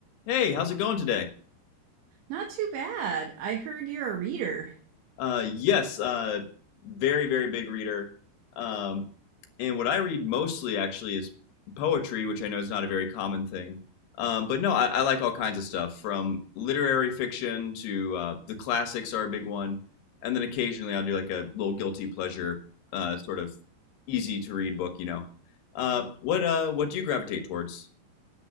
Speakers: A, on the left; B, on the right.
A: Hey, how's it going today?
B: Not too bad. I heard you're a reader.
A: Uh, yes, uh, very, very big reader. Um, and what I read mostly actually is poetry, which I know is not a very common thing. Um, but no, I, I like all kinds of stuff from literary fiction to uh, the classics are a big one. And then occasionally I'll do like a little guilty pleasure, uh, sort of easy to read book, you know. Uh, what uh, what do you gravitate towards?